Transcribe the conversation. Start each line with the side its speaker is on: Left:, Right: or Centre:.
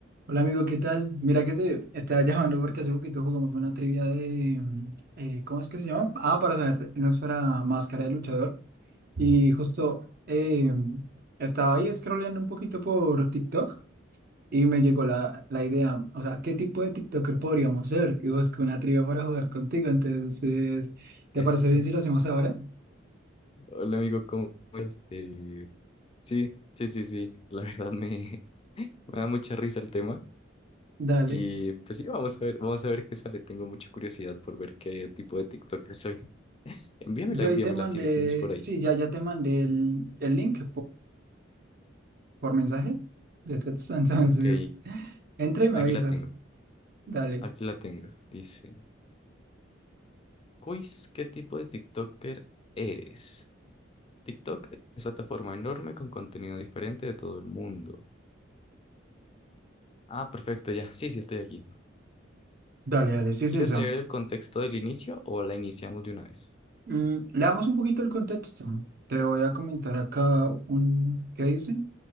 Right: Hola amigo, ¿qué tal? Mira que te estaba llamando porque hace poquito jugamos una trivia de, mm, eh, ¿cómo es que se llama? Ah, para saber nuestra máscara de luchador. Y justo eh, estaba ahí scrolleando un poquito por TikTok y me llegó la, la idea, o sea, ¿qué tipo de TikToker podríamos ser? Y busqué una trivia para jugar contigo, entonces, ¿te
Left: <laughs>
Right: parece bien si lo hacemos ahora?
Left: Hola amigo, ¿cómo estás? Eh, sí, sí, sí, sí, la verdad me, <laughs> me da mucha risa el tema
Right: Dale.
Left: y pues sí, vamos a ver, vamos a ver qué sale, tengo mucha curiosidad por ver qué tipo de TikToker soy. <laughs> Envíamela,
Right: Yo
Left: envíamela
Right: ahí te mandé,
Left: si la tienes por ahí.
Right: sí, ya, ya te mandé el, el link por mensaje de texto. <laughs> Entonces,
Left: Ok,
Right: entra y me
Left: aquí
Right: avisas.
Left: la tengo,
Right: Dale,
Left: aquí la tengo, dice, quiz, ¿qué tipo de TikToker eres? TikTok es una plataforma enorme con contenido diferente de todo el mundo. Ah, perfecto, ya, sí, sí, estoy aquí.
Right: dale, dale, sí es
Left: ¿Quieres
Right: esa.
Left: leer el contexto del inicio o la iniciamos de una vez?
Right: Mm, le damos un poquito el contexto. Te voy a comentar acá un... ¿Qué dice?